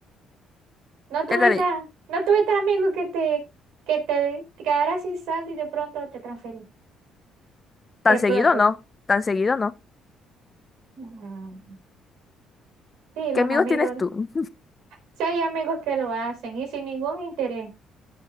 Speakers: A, on the right (about 85°); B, on the left (about 30°).
A: No tuviste,
B: Es decir,
A: no tuviste amigos que te, que te quedaras sin saldo y de pronto te transferiste.
B: Tan
A: De pronto.
B: seguido no, tan seguido no.
A: Mm, Sí, los
B: ¿Qué amigos
A: amigos.
B: tienes tú?
A: Sí hay amigos que lo hacen y sin ningún interés.